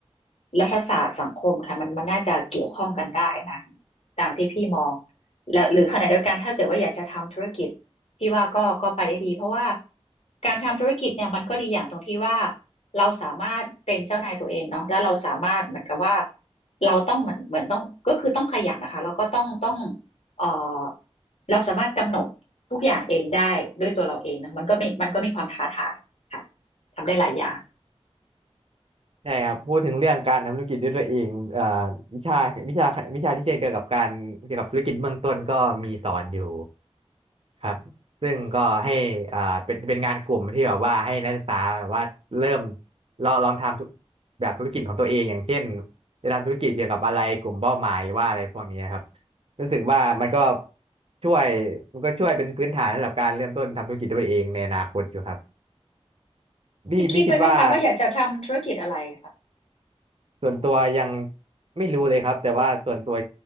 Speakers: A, on the left (about 70°); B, on the right (about 60°).
A: รัฐศาสตร์สังคมค่ะมันมันน่าจะเกี่ยวข้องกันได้นะตามที่พี่มองแล้วหรือขณะเดียวกันถ้าเกิดว่าอยากจะทำธุรกิจพี่ว่าก็ก็ไปได้ดีเพราะว่าการทำธุรกิจเนี่ยมันก็ดีอย่างตรงที่ว่าเราสามารถเป็นเจ้านายตัวเองเนาะแล้วเราสามารถเหมือนกับว่าเราต้องเหมือนเหมือนต้องก็คือต้องขยันนะคะแล้วก็ต้องต้อง เอ่อเราสามารถกำหนดทุกอย่างเองได้ด้วยตัวเราเองนะมันก็มีมันก็มีความท้าทายค่ะทำได้หลายอย่าง
B: ใช่ครับพูดถึงเรื่องการทำธุรกิจด้วยตัวเองเอ่อวิชาวิชาวิชาที่เกี่ยวกับการเกี่ยวกับธุรกิจเบื้องต้นก็มีสอนอยู่ครับซึ่งก็ให้อ่าเป็นเป็นงานกลุ่มที่แบบว่าให้นักศึกษาแบบว่าเริ่มลองลองทำธุแบบธุรกิจของตัวเองอย่างเช่นจะทำธุรกิจเกี่ยวกับอะไรกลุ่มเป้าหมายหรือว่าอะไรพวกนี้ครับรู้สึกว่ามันก็ช่วยมันก็ช่วยเป็นพื้นฐานสำหรับการเริ่มต้นทำธุรกิจด้วยตัวเองในอนาคตอยู่ครับพี่พี่คิดว่า
A: คิดคิดไว้ไหมคะว่าอยากจะทำธุรกิจอะไรค่ะ
B: ส่วนตัวยังไม่รู้เลยครับแต่ว่าส่วนตัว